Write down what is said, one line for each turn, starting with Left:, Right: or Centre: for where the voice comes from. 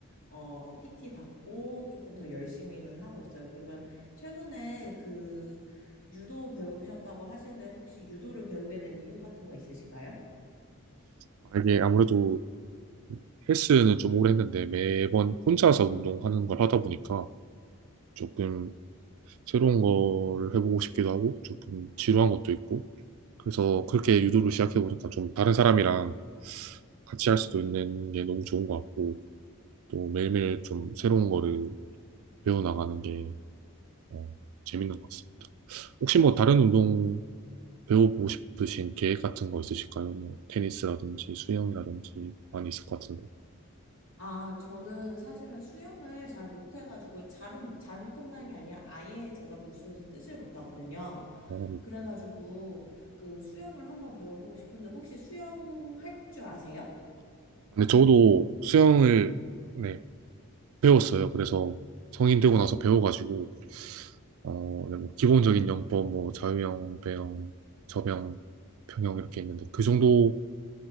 Left: 어, PT 받고 조금 더 열심히는 하고 있어요. 그러면 최근에 그 유도 배우셨다고 하시는데 혹시 유도를 배우게 된 이유 같은 거 있으실까요?
Right: 아, 이게 아무래도 헬스는 좀 오래 했는데 매번 혼자서 운동하는 걸 하다 보니까 조금 새로운 걸 해보고 싶기도 하고 조금 지루한 것도 있고 그래서 그렇게 유도를 시작해보니까 좀 다른 사람이랑 같이 할 수도 있는 게 너무 좋은 것 같고 또 매일매일 좀 새로운 거를 배워나가는 게 어, 재밌는 것 같습니다. 혹시 뭐 다른 운동 배워보고 싶으신 계획 같은 거 있으실까요? 뭐 테니스라든지 수영이라든지 많이 있을 것 같은데.
Left: 아, 저는 사실은 수영을 잘 못해가지고, 잘은, 잘 못한다는 게 아니라 아예 제가 물속에서 뜨질 못하거든요.
Right: 어,
Left: 그래가지고, 그 수영을 한번 배워보고 싶은데, 혹시 수영할 줄 아세요?
Right: 근데 저도 수영을 네, 배웠어요. 그래서 성인 되고 나서 배워가지고 어, 네, 뭐 기본적인 영법, 뭐 자유형, 배형, 저병, 평형 이렇게 있는데 그 정도